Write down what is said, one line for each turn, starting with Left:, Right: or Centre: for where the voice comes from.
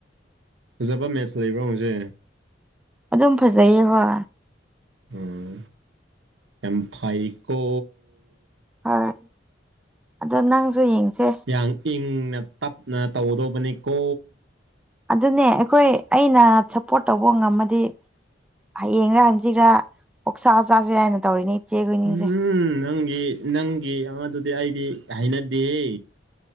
Right: ꯐꯖꯕ ꯃꯦꯠꯆ ꯂꯩꯕ꯭ꯔꯣ ꯉꯁꯤ
Centre: ꯑꯗꯨꯝ ꯐꯖꯩꯌꯦ ꯍꯣꯏ
Right: ꯑꯝ ꯌꯥꯝ ꯐꯩꯒꯣ
Centre: ꯍꯣꯏ ꯑꯗꯣ ꯅꯪꯁꯨ ꯌꯦꯡꯁꯦ
Right: ꯌꯥꯝ ꯏꯪꯅ ꯇꯞꯅ ꯇꯧꯒꯗꯧꯕꯅꯤꯀꯣ
Centre: ꯑꯗꯨꯅꯦ ꯑꯩꯈꯣꯏ ꯑꯩꯅ ꯁꯞꯄꯣꯔꯠ ꯇꯧꯕ ꯉꯝꯃꯗꯤ ꯍꯌꯦꯡꯔ ꯍꯪꯆꯤꯠꯂ ꯑꯣꯛꯁꯥ ꯆꯥꯁꯦ ꯍꯥꯏꯅ ꯇꯧꯔꯤꯅꯦ ꯏꯆꯦꯈꯣꯏꯅꯤꯁꯦ
Right: ꯎꯝ ꯅꯪꯒꯤ ꯅꯪꯒꯤ ꯑꯉꯥꯡꯗꯨꯗꯤ ꯑꯩꯗꯤ ꯍꯩꯅꯗꯦꯍꯦ